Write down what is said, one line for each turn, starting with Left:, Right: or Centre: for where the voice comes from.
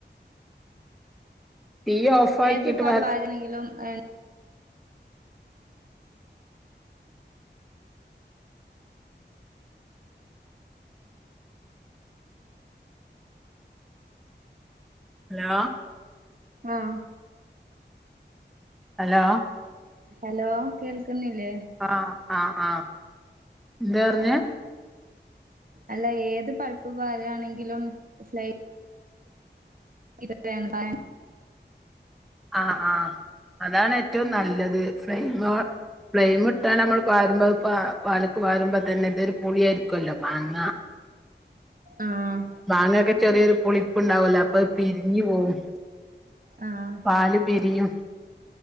Centre: തീയ്യ് ഓഫ് ആക്കിട്ട്
Right: ഏത് <unintelligible>
Centre: വ
Right: പാരണെങ്കിലും എൻ
Centre: ഹലോ
Right: ആഹ്
Centre: ഹലോ
Right: ഹലോ കേൾക്ക്ന്നില്ലേ
Centre: പറാ ആഹ് ആഹ് എന്താറ്ഞ്ഞേ
Right: അല്ല ഏത് പഴ്പ്പ് പാരാണെങ്കിലും ഫ്ലയ് ഇതൊക്കെ വേണ്ടേ
Centre: ആഹ് ആഹ് അതാണ് ഏറ്റവും നല്ലത് ഫ്ലയ്മ് ഫ്ലയിമ് ഇട്ടാണ്ട് നമ്മള് പാരുമ്പോ അത് പാ പാല്ക്ക് പാരുമ്പോ തന്നെ ഇതോരു പുളിയായിരിക്കുല്ലോ മാങ്ങ
Right: ആഹ്
Centre: മാങ്ങൊക്കെ ചെറ്യേരു പുളിപ്പ്ണ്ടാവല്ലോ അപ്പത് പിരിഞ്ഞ് പോവും
Right: ആഹ്
Centre: പാല് പിരിയും